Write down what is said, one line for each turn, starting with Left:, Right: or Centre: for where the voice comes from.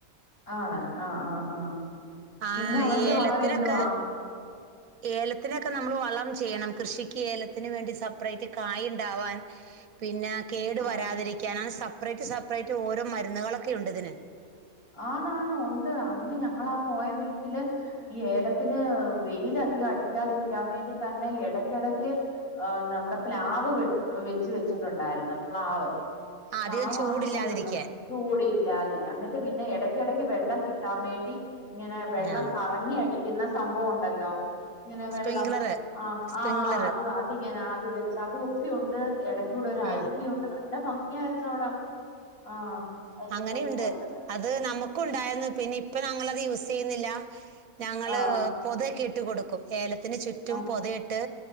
Left: ആണ് ആഹ്‌ ആഹ് ആഹ്‌
Right: ആ
Left: പിന്നെ അവന്റെ
Right: ഏലത്തിനൊക്കെ
Left: വളവെന്തുവാ?
Right: ഏലത്തിനൊക്കെ നമ്മൾ വളം ചെയ്യണം കൃഷിക്ക് ഏലത്തിന് വേണ്ടി സപ്പറേറ്റ് കായിണ്ടാവാൻ. പിന്ന കേട്
Left: ആഹ്
Right: വരാതിരിക്കാൻ അങ്ങനെ സപ്പറേറ്റ് സപ്പറേറ്റ് ഓരോ മരുന്നുകളൊക്കെ ഉണ്ട് ഇതിന്.
Left: ആണാണ് ഉണ്ട് അന്ന് ഞങ്ങളാ പോയ വീട്ടില്. ഈ ഏലത്തിന് വെയിലധികം അടിക്കാതിരിക്കാൻ വേണ്ടി തന്നെ എടക്കെടക്ക്. നമ്മുടെ പ് ലാവ് വെ വെച്ച് വെച്ചിട്ടുണ്ടായിരുന്നു പ്ലാവ്.
Right: ആ,
Left: പ്ലാവാങ്കോന്നുന്നു.
Right: അധികം ചൂടില്ലാതിരിക്കാൻ
Left: ചൂട് ഇല്ലാതിരിക്കണം. ന്നിട്ട് പിന്നെ എടക്കെടക്ക് വെള്ളം കിട്ടാൻ വേണ്ടി. ഇങ്ങനെ വെള്ളം
Right: ആ
Left: കറങ്ങി അടിക്കുന്ന സംഭവം ണ്ടല്ലോ? ങ്ങനെ വെള്ളം
Right: സ്പ്രിംഗ്ലർ
Left: ആ
Right: സ്പ്രിംഗ്ലർ
Left: ആഹ്‌ അത്. ങ്ങനെ അത് വെച്ച് അതൊ ഒക്കെ ഉണ്ട് ഇടകൂടെ ഒരു അരിവിയുണ്ട്.
Right: ഉം
Left: നല്ല ഭംഗിയായിരുന്നു അവിട, ആ അരുവിയൊക്കെ
Right: അങ്ങനെയുണ്ട്
Left: ഉണ്ട്.
Right: അത് നമുക്കുണ്ടായിരുന്നു, പിന്നെ ഇപ്പ ഞങ്ങളത് യൂസെയ്യുന്നില്ല ഞങ്ങള്.
Left: ആഹ്
Right: പൊതെ ക്കിട്ട് കൊടുക്കും ഏല ത്തിന് ചുറ്റും
Left: ആഹ്
Right: പൊത ഇട്ട്